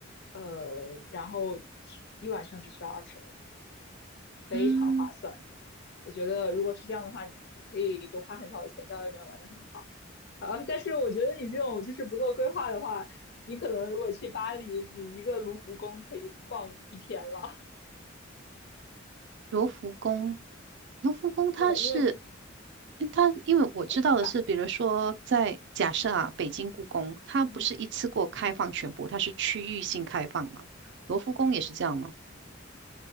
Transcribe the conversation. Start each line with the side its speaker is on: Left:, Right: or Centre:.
Left: 呃，然后只一晚上只需要二十非常划算。
Right: 嗯，
Left: 我觉得如果是这样的话，你可以就花很少的钱在外面玩的很好。啊，但是我觉得你这种就是不做规划的话，你可能如果去巴黎，你一个卢浮宫可以逛一天了。
Right: 罗浮宫，罗浮宫它是，
Left: 对，因为卢浮
Right: 因它因为我知道的是，
Left: 非常大。
Right: 比如说在假设啊，
Left: 嗯
Right: 北京故宫，它不是一次过开放全部，
Left: 嗯嗯。
Right: 它是区域性开放嘛，罗浮宫也是这样吗？